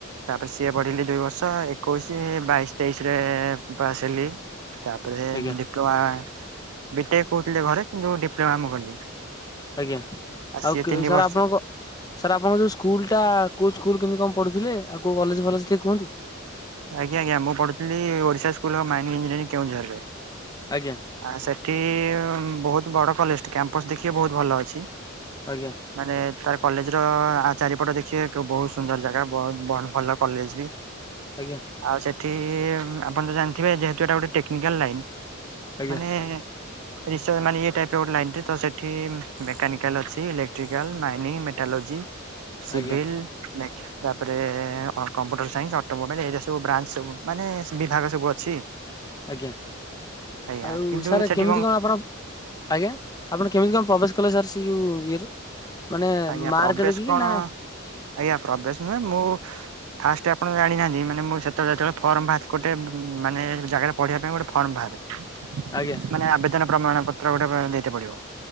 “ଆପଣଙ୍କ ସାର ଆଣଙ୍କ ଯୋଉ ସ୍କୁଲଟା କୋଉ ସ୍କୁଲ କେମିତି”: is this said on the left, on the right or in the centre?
Left